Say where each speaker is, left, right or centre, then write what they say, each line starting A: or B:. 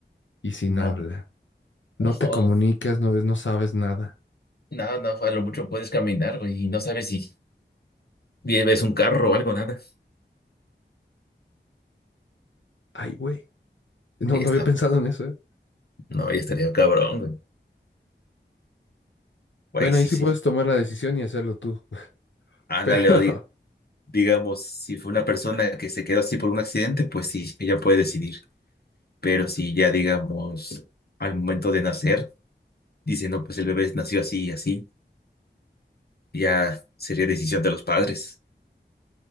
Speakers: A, on the left; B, on the left.
A: y sin
B: No,
A: habla. No te
B: no,
A: comunicas,
B: <laughs>
A: no ves, no sabes nada.
B: no, no, a lo mucho puedes caminar, güey, y no sabes si ves un carro o algo, nada.
A: Ay, güey. No,
B: Y
A: no
B: ya está.
A: había pensado en eso, ¿eh?
B: No, ya estaría cabrón, güey. Güey,
A: Bueno,
B: sí,
A: ahí sí
B: sí.
A: puedes tomar la decisión y hacerlo tú. <laughs>
B: Ándale,
A: Pero,
B: o di- digamos, si fue una persona que se quedó así por un accidente, pues sí, ella puede decidir. Pero si ya, digamos, al momento de nacer, dicen, no, pues el bebé nació así y así. Ya sería decisión de los padres.